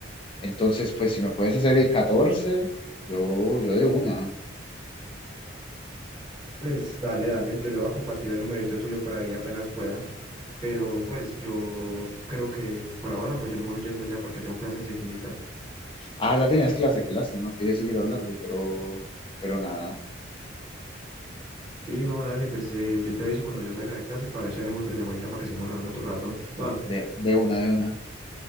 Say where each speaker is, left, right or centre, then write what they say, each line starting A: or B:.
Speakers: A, on the left (about 25°); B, on the right (about 25°).
A: Entonces, pues, si me puedes hacer el 14 yo, yo de una.
B: Pues dale, dale, yo le voy a compartir el numerito tuyo por ahí apenas pueda. Pero pues yo creo que por ahora pues yo me voy yendo ya porque tengo clase enseguida.
A: Ah, ya tienes clase, qué lástima, quería seguir hablando, pero, pero nada,
B: Sí, no, dale, pues eh, yo te aviso cuando yo salga de clase para ver si hacemos otra llamadita para que sigamos hablando otro rato. Va,
A: de, de una, de una.